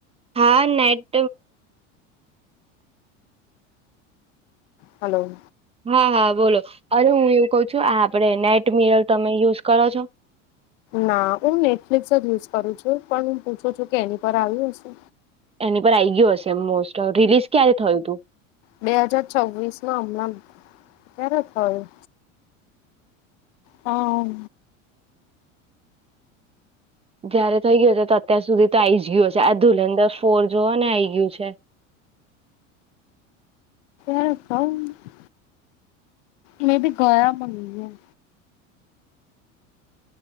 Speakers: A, on the right (about 15°); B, on the left (about 70°).
A: હા નેટ
B: હલો.
A: હા, હા બોલો. અરે હું એવું કહું છું આ આપડે નેટ મિરલ તમે યુઝ કરો છો?
B: ના હું નેટફ્લિક્સ જ યુઝ કરું છું, પણ હું પૂછું છું કે એની પર આવ્યું હશે?
A: એની પર આઈ ગયું હશે મોસ્ટ. રિલીઝ ક્યારે થયું તું?
B: બે હજાર છવ્વીસ માં હમણાં, ક્યારે થયું? અહ
A: જયારે થઈ ગયો તો અત્યાર સુધી તો આઈ જ ગયું હશે. આ ધુલંધર ફોર જોવોને આઈ ગયું છે.
B: <inaudible> મે બી <unintelligible>